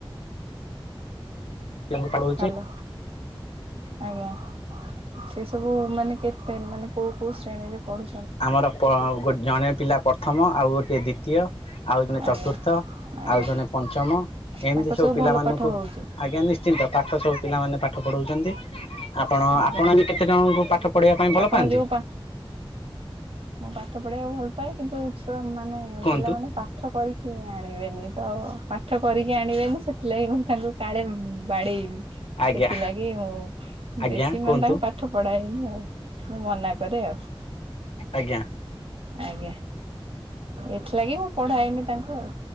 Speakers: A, on the left; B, on the right.
A: ପିଲାଙ୍କୁ ପଢ଼ଉଛି
B: ହାଲୋ ଆଜ୍ଞା। ସେ ସବୁ ମାନେ କେତେ ମାନେ କୋଉ କୋଉ ଶ୍ରେଣୀରେ ପଢୁ
A: ଆମର ପ୍ର ଜଣେ ପିଲା ପର୍ଥମ ଆଉ ଗୋଟେ ଦି ତୀୟ ଆଉ ଜଣେ ଚତୁର୍ଥ
B: ଆଜ୍ଞା ଆଜ୍ଞା
A: ଆଉ ଜଣେ ପଞ୍ଚମ
B: ତାଙ୍କର
A: ଏମ୍ତି ସବୁ ପିଲାମାନଙ୍କୁ
B: ଭଲ ପାଠ ହଉଛି
A: ଆଜ୍ଞା ନି ଶ୍ଚିନ୍ତ ପାଠ ସବୁ ପିଲାମାନେ ପାଠ ପଢ଼ାଉଚନ୍ତି। ଆପଣ
B: ଆଜ୍ଞା
A: ଆପଣ ଆ କେତେ ଜଣଙ୍କୁ ପାଠ ପଢେଇବା ପାଇଁ ଭଲ
B: ଆପଣ
A: ପାଆନ୍ତି।
B: ଯୋଉ ପା ମୁଁ ପାଠ ପଢିବାକୁ ଭଲ୍ ପାଏ କିନ୍ତୁ ଛୁଆ ମାନେ
A: କୁହନ୍ତୁ
B: ପିଲାମାନେ ପା ପାଠ କରିକି ଆଣିବେନି ତ ପାଠ କରିକି ଆଣିବେନି ସେଥିଲାଗି ମୁଁ ତାଙ୍କୁ କାଳେ ବାଡ଼େଇବି।
A: ଆଜ୍ଞା
B: ସେଥିଲାଗି ମୁଁ
A: ଆଜ୍ଞା
B: ବେଶୀ
A: କୁହନ୍ତୁ
B: ମାନେ ତାଙ୍କୁ ପା ଠ ପଢାଏନି ଆଉ ମୁଁ ମନା କରେ ଆଉ।
A: ଆଜ୍ଞା।
B: ଆଜ୍ଞା ଏଥିଲାଗି ମୁଁ ପଢାଏନି ତାଙ୍କୁ ଆଉ।